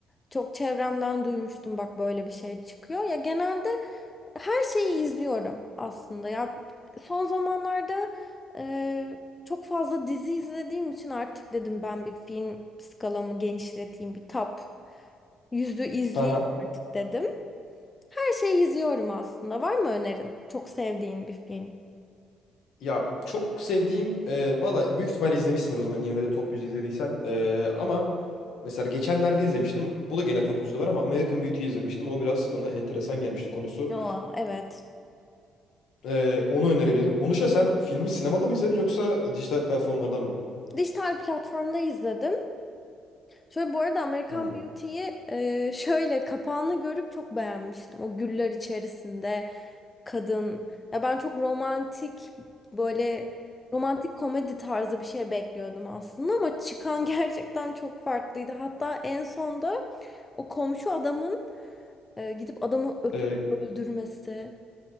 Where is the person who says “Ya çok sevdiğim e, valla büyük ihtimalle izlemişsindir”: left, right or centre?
Left